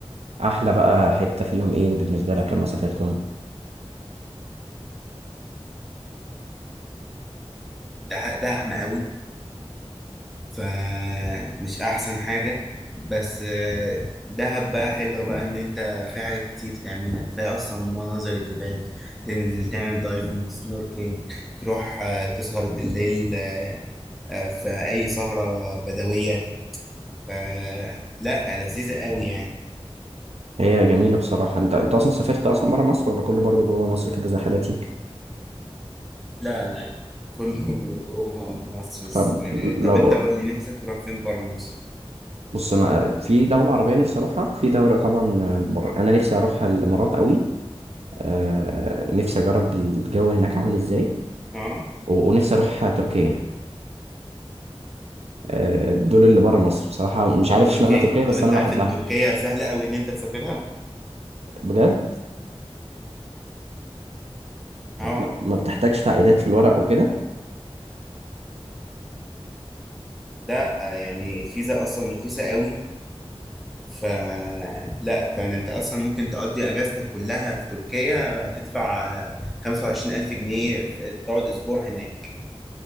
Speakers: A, on the right; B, in the centre.
A: احلى بقى حته فيهم ايه بالنسبه لك لما سافرتهم
B: ده ده احمى قوي فمش احسن حاجه بس آه، دهب بقى حلوه بقى ان انت في حاجات كتير تعملها كفايه اصلا مناظر الجبال تنزل تعمل دايفنج سنوركلينج تروح آه، تسهر بالليل آه، آه، في اي سهره بدويه فلا لذيذة قوي يعني
A: هي جميلة بصراحة انت انت اصلا سافرت اصلا برا مصر ولا كله برضه جوه مصر كده زي حالتي
B: لا لا كله جوه مصر بس.
A: طب لو
B: طب انت قول لي نفسك تروح فين بره مصر
A: بص انا في دولة عربية نفسي اروحها وفي دولة طبعا بره انا نفسي اروح الامارات قوي آه، نفسي اجرب الجو هناك عامل ازاي
B: اه
A: و- ونفسي اروح تركيا آه، دول اللي بره مصر بصراحة مش عارف
B: تركيا
A: اشمعنى تركيا بس
B: طب انت
A: انا بحبها
B: عارف ان تركيا سهلة قوي ان انت تسافرها
A: بجد
B: اه
A: ما ما بتحتاجش تعقيدات في الورق وكده
B: لا يعني الفيزا اصلا رخيصة قوي ف لا يعني انت اصلا ممكن تقضي اجازتك كلها في تركيا تدفع 25000 جنيه في- تقعد اسبوع هناك